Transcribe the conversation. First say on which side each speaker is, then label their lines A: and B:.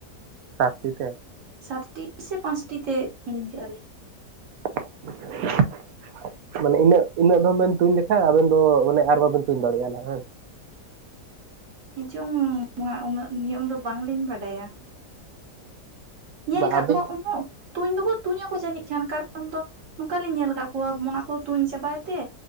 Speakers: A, on the right (about 65°); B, on the right (about 50°).
A: ᱥᱟᱛᱴᱤ ᱛᱮᱼᱼ
B: ᱥᱟᱛᱴᱤ ᱥᱮ ᱯᱟᱸᱪᱴᱤ ᱛᱮ ᱦᱤᱲᱤᱧ ᱠᱮᱫᱮᱜᱼᱟᱞᱤᱧ᱾
A: <unintelligible> ᱢᱟᱱᱮ ᱤᱱᱟᱹᱜ ᱤᱱᱟᱹᱜ ᱫᱚᱢ ᱵᱮᱱ ᱛᱩᱧ ᱞᱮᱠᱷᱟᱱ ᱟᱵᱮᱱ ᱫᱚ ᱢᱟᱱᱮ ᱟᱨ ᱵᱟᱵᱮᱱ ᱛᱩᱧ ᱫᱟᱲᱮᱭᱟᱜᱼᱟ ᱦᱟᱝ᱾
B: ᱦᱮᱸ ᱪᱚᱝ ᱩᱱᱟᱹᱜ ᱱᱤᱭᱟᱹ ᱫᱚ ᱵᱟᱝᱞᱤᱧ ᱵᱟᱰᱟᱭᱟ ᱦᱟᱸᱜ᱾ ᱧᱮᱞ
A: ᱵᱟ
B: ᱠᱟᱫ
A: ᱟᱵᱮᱱ
B: ᱠᱚᱣᱟ ᱩᱦᱩᱜ ᱛᱩᱧ ᱫᱚᱠᱚ ᱛᱩᱧ ᱟᱠᱚ ᱡᱟᱹᱱᱤᱡ ᱠᱷᱟᱱ ᱠᱟᱨᱚᱱ ᱫᱚ ᱱᱚᱝᱠᱟ ᱞᱤᱧ ᱧᱮᱞ ᱟᱠᱟᱫ ᱠᱚᱣᱟ ᱚᱱᱟ ᱠᱚ ᱛᱩᱧ ᱪᱟᱵᱟᱭ ᱛᱮᱼᱼ